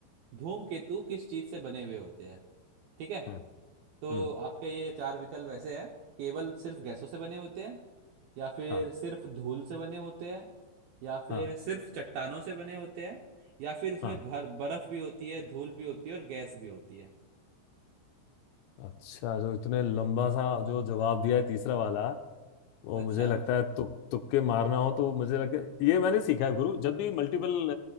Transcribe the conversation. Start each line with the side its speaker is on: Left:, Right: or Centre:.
Right: धूमकेतु किस चीज से बने हुए होते हैं ठीक है
Left: हम्म
Right: तो
Left: हम्म
Right: आपके ये चार विकल्प ऐसे हैं केवल सिर्फ गैसों से बने होते हैं या फिर
Left: हाँ
Right: सिर्फ धूल से बने होते हैं या फिर
Left: हाँ
Right: सिर्फ चट्टानों से बने होते हैं या फिर इसमें
Left: हाँ
Right: भर बर्फ भी होती है धूल भी होती है और गैस भी होती है
Left: अच्छा जो इतने लंबा सा जो जवाब दिया है तीसरा वाला वो
Right: अच्छा
Left: मुझे लगता है तुक तुक्के मारना हो तो मुझे लगता है ये मैंने सीखा है गुरु जब भी मल्टीपल